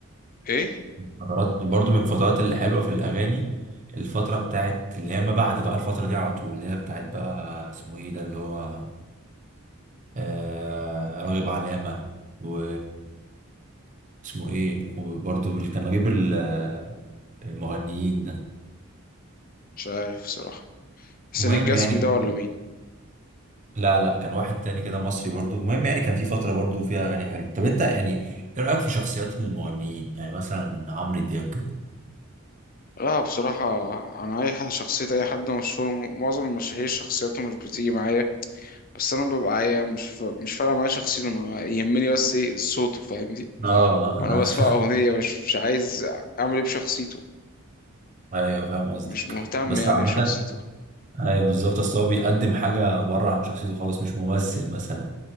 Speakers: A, on the left; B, on the right.
A: ايه
B: فترات برضو من الفترات الحلوة في الأغاني الفترة بتاعت اللي هي ما بعد بقى الفترة دي على طول اللي هي بتاعت بقى اسمه ايه ده اللي هو آه راغب علامة و اسمه ايه وبرضو اللي كان نجيب ال- المغنيين ده
A: مش عارف بصراحة حسين
B: المهم
A: الجسمي
B: يعني كان
A: ده ولا
B: في
A: مين
B: لا لا كان واحد تاني كده مصري برضو المهم يعني كان في فترة برضو فيها أغاني حلوة طب أنت يعني إيه رأيك في شخصيات المغنيين يعني مثلا عمرو دياب كده
A: لا بصراحة أنا أي حد شخصية أي حد مشهور معظم المشاهير شخصيته مش بتيجي معايا بس انا ببقى عايز مش ف... مش فارقه معايا شخصيته انا يهمني بس ايه صوته فاهمني
B: اه <laughs>
A: وانا بسمع اغنيه مش مش عايز اعمل ايه بشخصيته
B: انا ايوه فاهم قصدك
A: مش مهتم
B: بس
A: يعني
B: عامة
A: بشخصيته
B: ايوه بالظبط اصل هو بيقدم حاجه بره عن شخصيته خالص مش ممثل مثلا